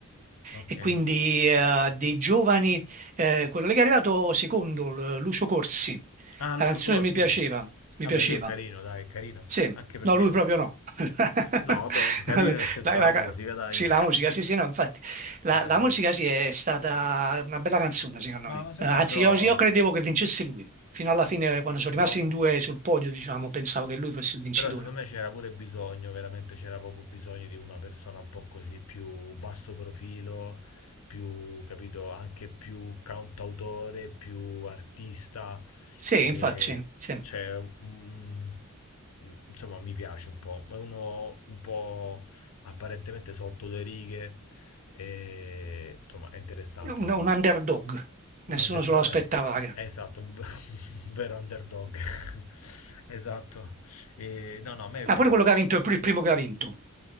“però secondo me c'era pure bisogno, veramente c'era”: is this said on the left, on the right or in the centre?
Left